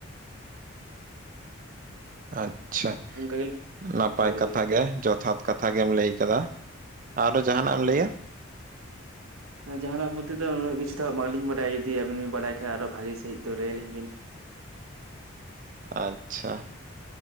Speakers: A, on the right; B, on the right.
A: ᱟᱪᱪᱷᱟ
B: ᱚᱱᱠᱟ ᱜᱮ
A: ᱱᱟᱯᱟᱭ
B: ᱦᱳᱭ
A: ᱠᱟᱛᱷᱟ ᱜᱮ ᱡᱚᱛᱷᱟᱛ ᱠᱟᱛᱷᱟ ᱜᱮᱢ ᱞᱟᱹᱭ ᱠᱟᱫᱟ ᱟᱨᱦᱚ ᱡᱟᱦᱟᱸᱱᱟᱜ ᱮᱢ
B: ᱦᱩᱸ
A: ᱞᱟᱹᱭᱟ
B: ᱡᱟᱦᱟᱱᱟᱜ ᱵᱳᱞᱛᱮ ᱫᱚ ᱩᱱᱟᱜ ᱠᱤᱪᱷᱩ ᱵᱟᱝᱞᱤᱧ ᱵᱟᱲᱟᱭᱟ ᱡᱩᱫᱤ ᱟᱵᱤᱱ ᱵᱤᱱ ᱵᱟᱲᱟᱭ ᱠᱷᱟᱡ ᱟᱨᱦᱚ ᱵᱷᱟᱜᱤ ᱥᱟᱦᱤᱡ ᱛᱚ ᱞᱟᱹᱭᱟᱞᱤᱧ ᱵᱤᱱ
A: ᱟᱪᱪᱷᱟ